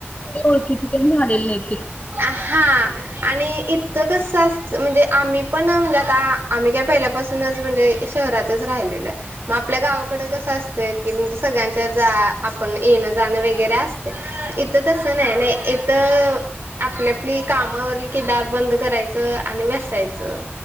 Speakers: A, on the left; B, on the right.
A: ओळखिची तन झालेली नाही. <unintelligible>
B: हा,, आणिऽ इतकं कसं असतं, म्हणजे, आम्ही पण म्हणजे, आता आम्ही काय पहिल्यापासूनच, म्हणजेऽ <unintelligible> शहरातच राहिलेले आहे,, मग आपल्या गावाकडे कसं असतयऽ की म्हणजे सगळ्यांच्या जा,, आपण येणं जाणं वगैरे असतय,, इथं तसं नाही नाही. <unintelligible> तरऽ <unintelligible> आपली, आपली काम आवरली की दार बंद करायचं आणि बसायचं.